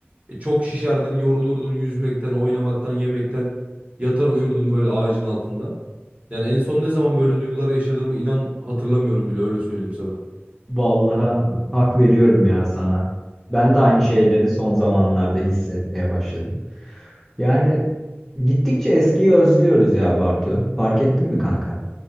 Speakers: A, on the right; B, in the centre.
A: E, çok şişerdin, yorulurdun yüzmekten, oynamaktan, yemekten. Yatar uyurdun böyle ağacın altında. Yani en son ne zaman böyle duygular yaşadığımı inan hatırlamıyorum bile öyle söyleyeyim sana.
B: Vallahi hak veriyorum ya sana. Ben de aynı şeyleri son zamanlarda hissetmeye başladım. Yani gittikçe eskiyi özlüyoruz ya Bartu. Fark ettin mi kanka?